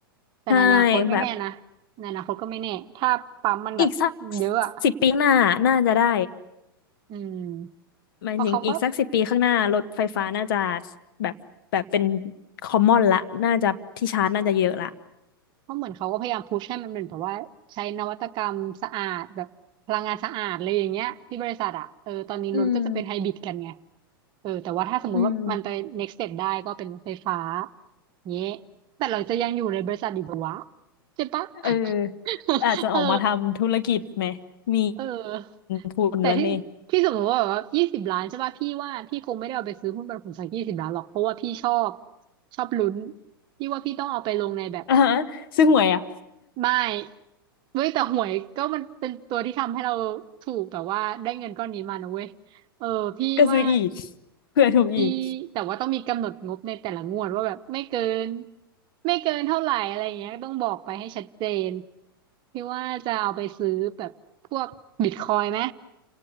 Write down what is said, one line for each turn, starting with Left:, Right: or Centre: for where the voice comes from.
Right: แต่ในอนาคตไม่แน่นะ
Left: ใช่แบบ
Right: ในอนาคตก็ไม่แน่ ถ้าปั๊มมันแบบเยอะอะ
Left: อีกสักสิบปีข้างหน้าน่าจะได้
Right: อืม
Left: หมายถึงอีกสักสิบปีข้างหน้ารถไฟฟ้าน่าจะ
Right: เพราะเขาก็
Left: แบบแบบเป็นคอมมอนละน่าจะที่ชาร์จน่าจะเยอะละ
Right: เพราะเหมือนเขาก็พยายามพุชให้มันเป็นแบบว่าใช้นวัตกรรมสะอาดแบบพลังงานสะอาดอะไรอย่างเงี้ยที่บริษัทอะเออตอนนี้รถก็จะเป็นไฮบริดกันไง
Left: อืม
Right: เออแต่ว่าถ้าสมมติว่ามันไป
Left: อืม
Right: next step ได้ก็เป็นรถไฟฟ้าเงี้ยแต่เราจะยังอยู่ในบริษัทอยู่ปะวะใช่ปะ
Left: เออ
Right: <laughs>
Left: อาจจะออกมาทำธุรกิจไหม
Right: เออ
Left: มี
Right: เออ
Left: ทุนแล้วเนี่ย
Right: แต่ที่ที่สมมติว่าแบบว่ายี่สิบล้านใช่ป่ะพี่ว่าพี่คงไม่ได้เอาไปซื้อหุ้นปันผลสักยี่สิบล้านหรอกเพราะว่าพี่ชอบ
Left: <laughs>
Right: ชอบลุ้นพี่ว่าพี่ต้องเอาไปลงในแบบ
Left: อ่าฮะซื้อหวยอ่ะ
Right: ไม่เว้ยแต่หวยก็มันเป็นตัวที่ทำให้เราถูกแบบว่าได้เงินก้อนนี้มานะเว้ยเออพี่ว่า
Left: <laughs> ก็ซื้ออีกเผื่อถูกอีก
Right: พี่แต่ว่าต้องมีกำหนดงบในแต่ละงวดว่าแบบไม่เกินไม่เกินเท่าไหร่อะไรอย่างเงี้ยต้องบอกไปให้ชัดเจนพี่ว่าจะเอาไปซื้อแบบพวกบิตคอยน์ไหม